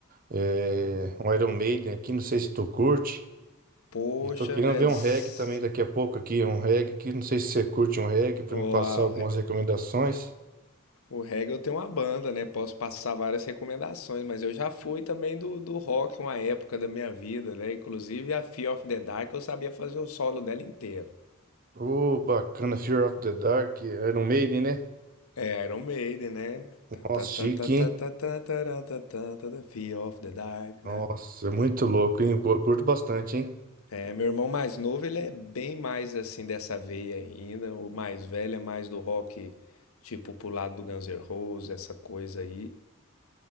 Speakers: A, on the right; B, on the left.
A: é, um Iron Maiden aqui, não sei se tu curte.
B: Poxa,
A: E tô querendo
B: velho.
A: ver um
B: s-
A: reggae também daqui a pouco aqui, um reggae aqui, não sei se você curte um reggae pra
B: Ó,
A: me passar
B: a-
A: algumas
B: o, re-
A: recomendações.
B: o reggae eu tenho uma banda, né? Posso passar várias recomendações, mas eu já fui também do, do rock uma época da minha vida, né? Inclusive a Fear of the Dark eu sabia fazer o solo dela inteiro.
A: Ô, bacana, Fear of the Dark, Iron Maiden, né?
B: É Iron Maiden, né? Tá,
A: Nossa,
B: tá, tá,
A: chique,
B: tá, tá,
A: hein?
B: tá, tá, tá, tá, tá, tá, tá, Fear of the Dark,
A: Nossa,
B: né?
A: é muito louco, hein? Eu curto bastante, hein?
B: É, meu irmão mais novo, ele é bem mais assim dessa veia ainda. O mais velho é mais do rock, tipo pro lado do Guns N' Roses, essa coisa aí.